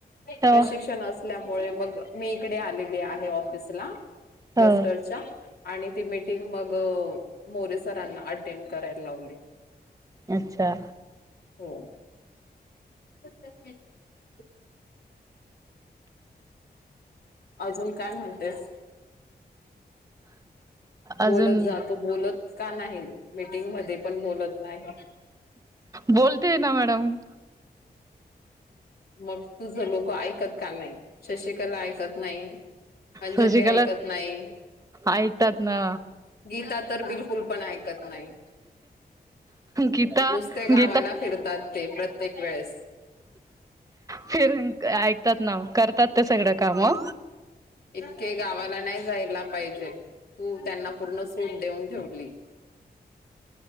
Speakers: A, on the left; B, on the right.
A: नही.
B: हो
A: प्रशिक्षण असल्यामु मुळे मग, मी इकडे आलेली आहे ऑफिसला.
B: हो
A: <inaudible> आणि ती मीटिंग मग.. मोरे सरांना. टॅन करायला लावले.
B: अच्छा
A: हो. रिकामा ऑडिओ अजून काय म्हणतेस? बोलत
B: अजून
A: जातो. बोलत. का नाही? मीटिंग मध्ये पण बोलत नही.
B: बोलते ना मॅडम
A: मग तुझ लोक ऐकत का नाही? शशिकला ऐकत नाही. अंजली
B: शशिकला
A: ऐकत नाही.
B: ऐकतात ना
A: गित तर बिलकुल.. पण ऐकत नाही.
B: गीता
A: नुसते गावाला
B: गीता
A: फिरतात ते. प्रत्येक वेळेस.
B: फिरून काय? तर ना ओ, करतात ते सगळे. का म?
A: इतके गावाला नाही जायला पाहिजे. तू त्यांना.. पूर्ण सूट देऊन ठेवली.